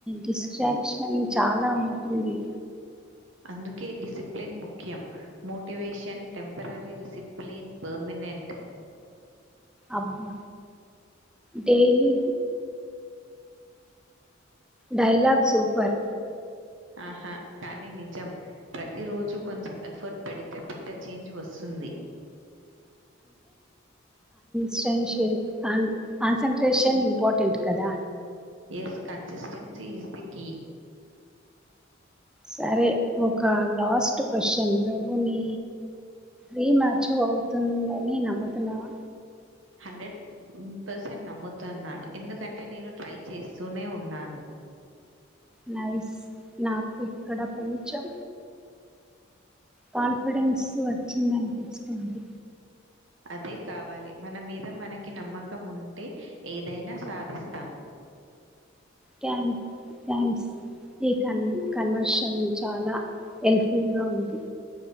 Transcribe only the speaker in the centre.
డిస్ట్రాక్షన్ చాలా ఉంటుంది
అబ్బా డైలీ డైలాగ్ సూపర్
సరే సరే కాన్ కాన్సన్ట్రేషన్ ఇంపార్టెంట్ కదా
సరే ఒక లాస్ట్ క్వశ్చన్ నువ్వు నీ రీమాచ్యవ్ అవుతుందని నమ్ముతున్నావా
నయిస్ నాకుక్కడ పనిచం కాన్ఫిడెన్స్ వచ్చిందనిపిస్తుంది
రాయ క్యాంస్ ఈ కన్ కన్వర్షన్ చాలా హెల్ప్ఫుల్ గా ఉంది